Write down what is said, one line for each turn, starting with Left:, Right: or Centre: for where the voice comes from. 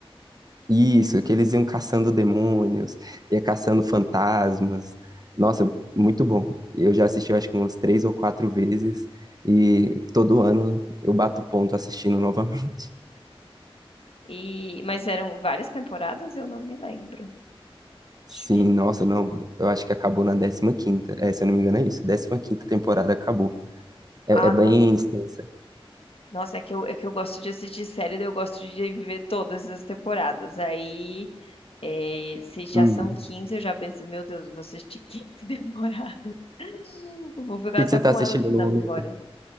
Right: isso, que eles iam caçando demônios, ia caçando fantasmas. Nossa, muito bom. Eu já assisti, eu acho que umas três ou quatro vezes, e todo ano eu bato ponto assistindo novamente.
Left: e mas eram várias temporadas, eu não me lembro.
Right: Sim,
Left: Acho que.
Right: nossa, não. Eu acho que acabou na décima quinta É, se eu não me engano, é isso. décima quinta temporada acabou. É,
Left: Ah,
Right: é bem
Left: não.
Right: extensa.
Left: Nossa, é que eu, é que eu gosto de assistir série, daí eu gosto de viver todas as temporadas. Aí, é, se já
Right: Uhum.
Left: são 15
Right: O
Left: eu já penso, meu Deus, vou assistir 15 temporadas. <laughs> Eu Vou ficar
Right: que que
Left: só
Right: você está
Left: com
Right: assistindo
Left: ela
Right: no
Left: na
Right: momento?
Left: memória.